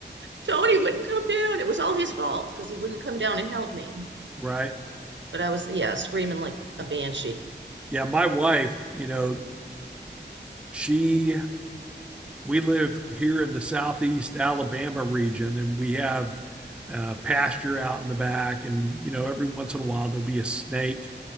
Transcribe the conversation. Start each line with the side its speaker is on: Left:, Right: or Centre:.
Right: Tony wouldn't come down. It was all his fault because he wouldn't come down and help me.
Centre: Right.
Right: But I was, yeah, screaming like a banshee.
Centre: Yeah, my wife, you know, she we live here in the southeast Alabama region and we have uh, pasture out in the back and you know every once in a while there'll be a snake